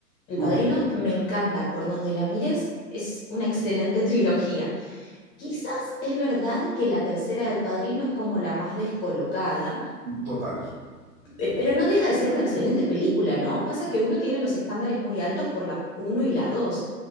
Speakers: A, on the left; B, on the right.
A: El
B: Uy,
A: Padrino
B: sí, claro.
A: me encanta, por donde la mires, es una excelente <laughs> trilogía. Quizás es verdad que la tercera del Padrino es como la más descolocada
B: Total,
A: Pe-
B: total.
A: Pero no deja de ser una excelente película, ¿no? Pasa que uno tiene los estándares muy altos por la uno y la dos,